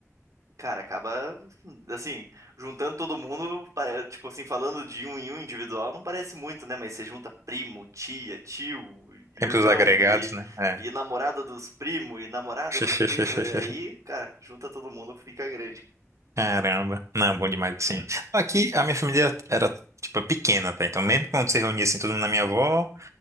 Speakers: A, on the right; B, on the right.
A: Cara, acaba assim, juntando todo mundo, pare- tipo assim, falando de um em um individual, não parece muito, né? Mas você junta primo, tia, tio, irmão
B: Sempre os agregados,
A: e,
B: né? É.
A: e namorada dos primos e namorada
B: <laughs>
A: dos primos, aí, cara, junta todo mundo, fica grande.
B: Caramba. Não, bom demais, assim. Aqui a minha família era, tipo, pequena, tá? Então, mesmo quando se reunia assim, todo mundo na minha avó.